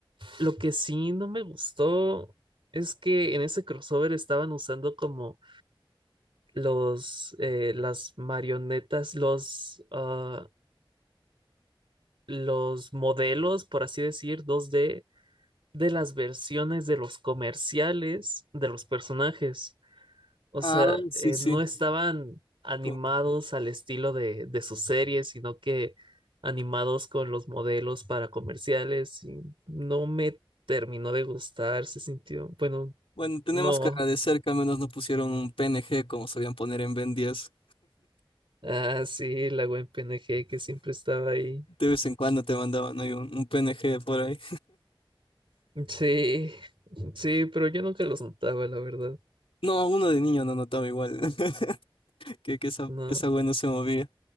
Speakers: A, on the right; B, on the left.
A: lo que sí no me gustó es que en ese crossover estaban usando como los eh, las marionetas, los ah, los modelos, por así decir, 2D de las versiones de los comerciales de los personajes. O
B: Ah,
A: sea,
B: sí,
A: eh,
B: sí.
A: no estaban animados
B: Como-
A: al estilo de, de sus series, sino que animados con los modelos para comerciales y no me terminó de gustar, se sintió, bueno,
B: Bueno, tenemos
A: no.
B: que agradecer que al menos no pusieron un PNG como sabían poner en Ben 10.
A: Ah, sí, la buen PNG que siempre estaba ahí.
B: De vez en cuando te mandaban ahí un, un PNG por ahí.
A: Sí, <laughs> sí, pero yo nunca los notaba, la verdad.
B: No, uno de niño no notaba igual <laughs> que, que esa,
A: No.
B: esa wea no se movía.